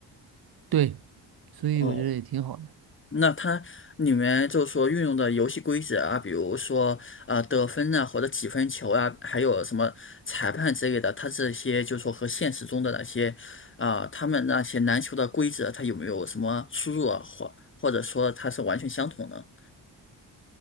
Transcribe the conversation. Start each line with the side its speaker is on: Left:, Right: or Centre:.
Right: 对，所以我觉得也挺好的，
Left: 哦，那它里面就是说运用的游戏规则啊，比如说呃得分啊，或者几分球啊，还有什么裁判之类的，它这些就是说和现实中的那些啊、他们那些篮球的规则，它有没有什么出入啊，或或者说它是完全相同的？